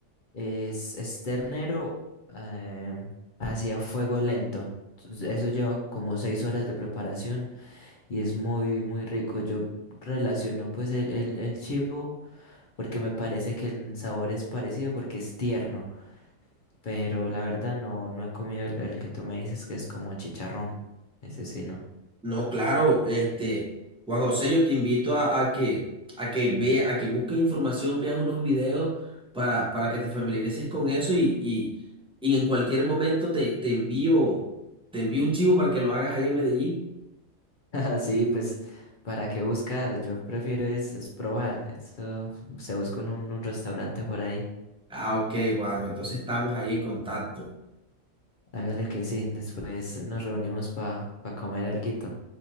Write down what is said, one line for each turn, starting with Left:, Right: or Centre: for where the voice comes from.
Left: es, es ternero eh, hacia fuego lento. Entonces, Eso lleva como seis horas de preparación y es muy, muy rico. Yo relaciono pues el, el, el chivo porque me parece que el sabor es parecido porque es tierno, pero la verdad no, no he comido el, el que tú me dices que es como chicharrón. Ese sí no.
Centre: No, claro, este, Juan José, yo te invito a, a que, a que ve, a que busques información, veas unos videos para, para que te familiarices con eso y, y, y en cualquier momento te, te envío, te envío un chivo para que lo hagas ahí en Medellín.
Left: <laughs> Sí, pues para qué buscar, yo prefiero es, es probar. Esto se busca en un, un restaurante por ahí.
Centre: Ah, ok, Juanjo, entonces estamos ahí en contacto.
Left: Hágale que sí, después nos reunimos para comer alguito.